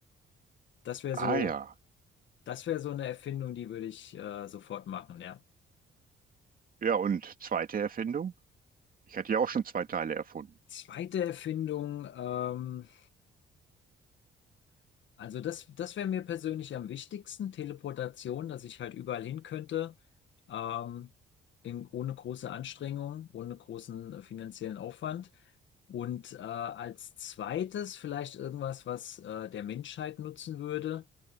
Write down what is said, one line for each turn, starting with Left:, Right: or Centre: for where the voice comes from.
Left: Das wäre
Right: Ah
Left: so.
Right: ja,
Left: Das wäre so eine Erfindung, die würde ich äh, sofort machen, ja.
Right: Ja, und zweite Erfindung? Ich hatte ja auch schon zwei Teile erfunden.
Left: Zweite Erfindung, ähm, also das, das wäre mir persönlich am wichtigsten, Teleportation, dass ich halt überall hin könnte, ähm, in, ohne große Anstrengung, ohne großen äh, finanziellen Aufwand. Und äh, als zweites vielleicht irgendwas, was äh, der Menschheit nutzen würde.